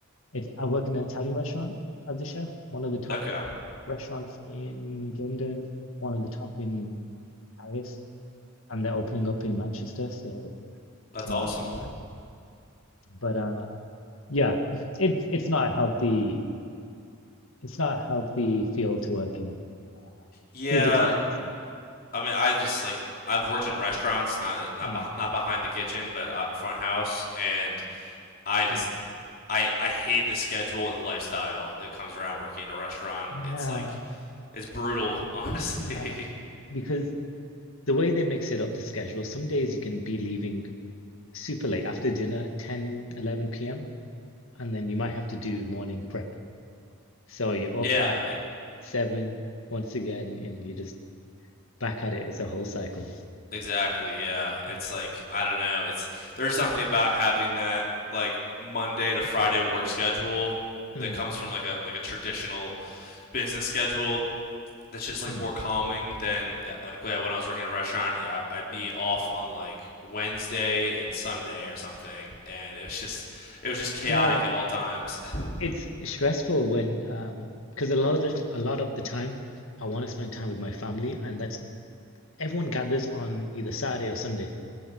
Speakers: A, on the left; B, on the left.
A: it, I work in an Italian restaurant as a chef, one of the top
B: Okay,
A: restaurants in London, one of the top in Paris. and they're opening up in Manchester, so
B: that's
A: I'm
B: awesome.
A: working there. But uh, yeah, <laughs> it's it's not a healthy it's not a healthy field to work in,
B: Yeah,
A: physically taxing.
B: I mean, I just like I've worked in restaurants, not not
A: Mm.
B: beh- not behind the kitchen, but uh, front house, and I just
A: Yeah,
B: I I hate the schedule and the lifestyle that comes around working in a restaurant.
A: yeah,
B: It's like It's brutal, honestly.
A: yeah. Because the way they mix it up, the schedule, some days you can be leaving super late after dinner, 10 11 p.m., and then you might have to do morning prep. So you're up
B: <laughs> yeah,
A: at
B: e-
A: seven once again, and you're just back at it. It's a whole cycle.
B: exactly. Yeah, it's
A: Mm.
B: like I don't know. It's there's something about having that like Monday to Friday work schedule
A: Mm.
B: that comes from like a like a traditional business schedule that's just like
A: Mm.
B: more calming than yeah, like yeah, when I was working at a restaurant, I, I'd be off on like Wednesday and Sunday or something, and it was just it was just chaotic
A: Yeah,
B: at all times. <laughs>
A: It's stressful when, um, because a lot of the- t- a lot of the time, I want to spend time with my family, and that's everyone gathers on either Saturday or Sunday.